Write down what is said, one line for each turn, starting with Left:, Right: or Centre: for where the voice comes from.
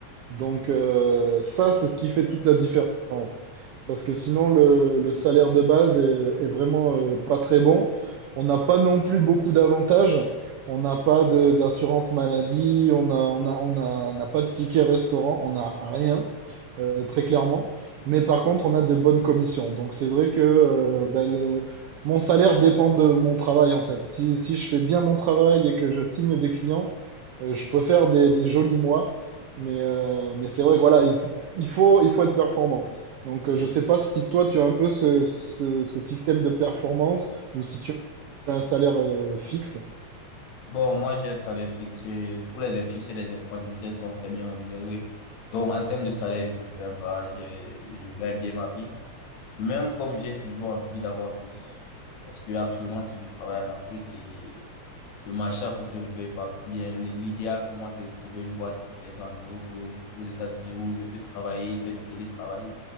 Right: Donc euh, ça c'est ce qui fait toute la différence. Parce que sinon le, le salaire de base est, est vraiment euh, pas très bon. On n'a pas non plus beaucoup d'avantages. On n'a pas de- d'assurance maladie, on a, on a, on a, on n'a pas de ticket restaurant, on n'a rien euh, très clairement. Mais par contre, on a de bonnes commissions. Donc c'est vrai que euh, bah, le- mon salaire dépend de mon travail en fait. Si, si je fais bien mon travail et que je signe des clients, euh, je peux faire des, des jolis mois. Mais, euh, mais c'est vrai que voilà, il, il faut, il faut être performant. Donc euh,
Left: Je-
Right: je sais pas si toi tu as un peu ce, ce, ce système de performance ou si tu as un salaire euh, fixe.
Left: Bon, moi, j'ai un salaire fixe. J'ai- Pour les, tu sais, les informaticiens sont très bien rémunérés. Donc, en termes de salaire, je ne me plains pas. J'ai- Je gagne bien ma vie. Même comme j'ai toujours envie d'avoir plus. Parce que actuellement, si je travaille en Afrique et le marché africain ne paye pas bien, l'i- l'idéal pour moi, c'est de trouver une boîte peut-être en Europe ou aux aux États-Unis où je peux travailler, faire du télétravail,